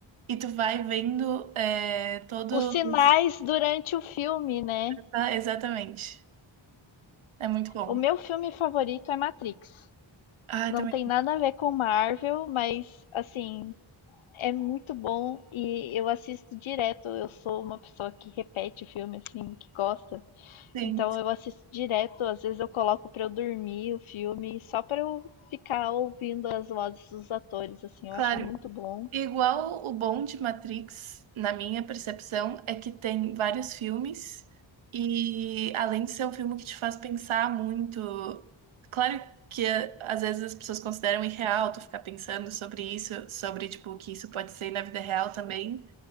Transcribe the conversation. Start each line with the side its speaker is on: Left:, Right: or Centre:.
Right: e tu vai vendo é, todos.
Left: Os sinais durante o filme, né?
Right: Exa- Exatamente. É muito bom.
Left: O meu filme favorito é Matrix.
Right: Ah,
Left: Não
Right: também.
Left: tem nada a ver com Marvel, mas assim, É muito bom e eu assisto direto. Eu sou uma pessoa que repete filme, assim, que gosta.
Right: Sim.
Left: Então eu assisto direto. Às vezes eu coloco pra eu dormir o filme, só pra eu ficar ouvindo as vozes dos atores, assim.
Right: Claro,
Left: Eu acho muito bom.
Right: igual o bom de Matrix, na minha percepção, é que tem vários filmes e além de ser um filme que te faz pensar muito, claro que eh, às vezes as pessoas consideram irreal tu ficar pensando sobre isso, sobre tipo o que isso pode ser na vida real também,